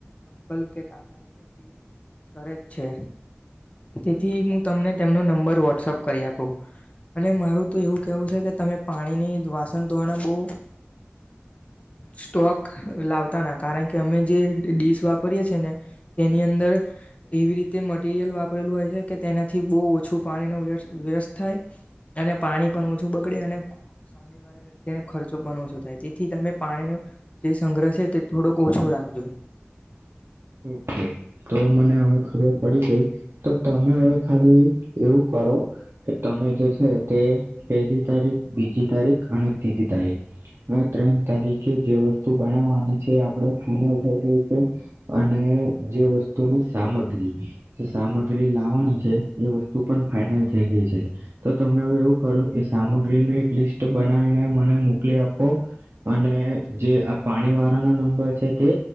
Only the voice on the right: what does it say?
ઓકે તો મને હવે ખબર પડી ગઈ તો તમે હવે ખાલી એવું કરો કે તમે જે છે તે પહેલી તારીખ બીજી તારીખ અને ત્રીજી તારીખ આ ત્રણ તારીખે જે વસ્તુ બનાવવાની છે આપણે ફાઈનલ થઈ ગઈ છે. અને જે વસ્તુની સામગ્રી જે સામગ્રી લાવવાની છે એ વસ્તુ પણ ફાાઈનલ થઈ ગઈ છે તો તમે હ એવું કરો એ સામગ્રી ન એક લિસ્ટ બનાવીને મને મોકલી આપો અને જે આ પાણી વાળાનો નંબર છે તે